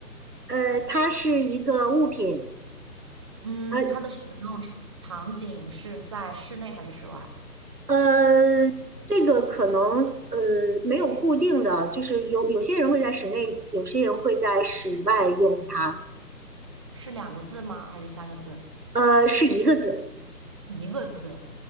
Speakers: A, on the right; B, on the right.
A: 呃，它是一个物品。
B: 嗯，
A: 呃，
B: 它的使用场场景是在室内还是室外？
A: 呃，这个可能呃没有固定的，就是有有些人会在室内，有些人会在室外用它。
B: 是两个字吗？还是三个字？
A: 呃，是一个字，
B: 一个字。